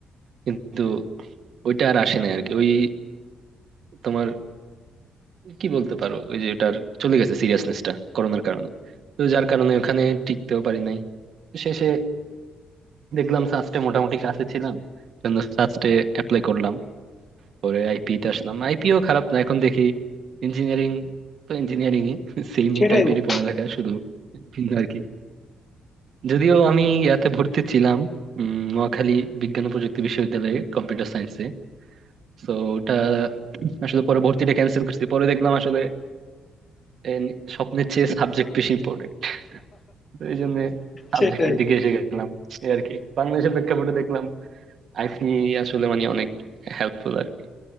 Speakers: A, on the right; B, on the left.
A: কিন্তু ওইটা আর আসে না আর কি ওই তোমার কি বলতে পারো ওই যে ওটার চলে গেছে সিরিয়াসনেসটা করোনার কারণে তো যার কারণে ওখানে টিকতেও পারি নাই তো শেষে দেখলাম সাস্টে মোটামুটি কাছে ছিলাম জন্য সাস্টে অ্যাপ্লাই করলাম পরে আইপি তে আসলাম আইপিও খারাপ না এখন দেখি ইঞ্জিনিয়ারিং তো ইঞ্জিনিয়ারিং ই সেমই
B: সেটাই
A: টাইপেরই
B: বন্ধু
A: পড়ালেখা শুধু ভিন্ন আর কি যদিও আমি ইয়াতে ভর্তি ছিলাম উম নোয়াখালী বিজ্ঞান ও প্রযুক্তি বিশ্ববিদ্যালয়ে কম্পিউটার সায়েন্সে তো ওটা আসলে পরে ভর্তিটা ক্যান্সেল করছি পরে দেখলাম আসলে এই স্বপ্নের চেয়ে সাবজেক্ট বেশি ইম্পর্টেন্ট তো এই জন্য সাবজেক্টের
B: সেটাই
A: দিকে এসে গেলাম এই আর কি বাংলাদেশের প্রেক্ষাপটে দেখলাম আইসি আসলে মানে অনেক হেল্পফুল আর কি